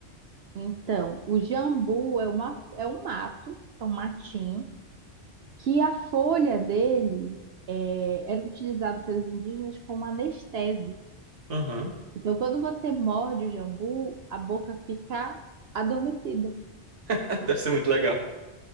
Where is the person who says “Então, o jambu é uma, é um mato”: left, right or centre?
Right